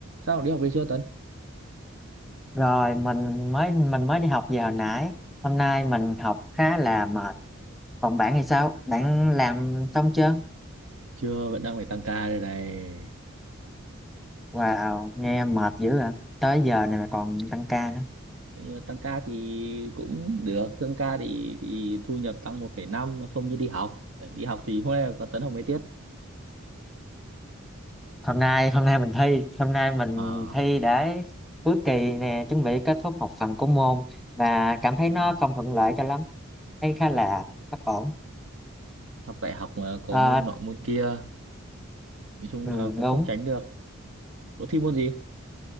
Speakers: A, on the right; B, in the centre.
A: sao đi học về chưa Tấn
B: Rồi mình mới mình mới đi học về hồi nãy. Hôm nay mình học khá là mệt. Còn bạn thì sao? Bạn làm xong chưa?
A: chưa vẫn đang phải tăng ca đây này
B: Wow, nghe mệt dữ à. Tới giờ này mà còn tăng ca nữa.
A: nhưng mà tăng ca thì cũng được tăng ca thì thì thu nhập tăng một phẩy năm nó không như đi học đi học thì hôm nay là có Tấn học mấy tiết
B: Hôm nay hôm nay mình thi, hôm nay mình
A: à
B: thi để cuối kỳ nè, chuẩn bị kết thúc một phần của môn và cảm thấy
A: ừ,
B: nó không thuận lợi cho lắm. Thấy khá là bất ổn.
A: học đại học mà có
B: Ờ,
A: môn nọ môn kia nói chung
B: ừ,
A: là cũng
B: đúng.
A: không tránh được có thi môn gì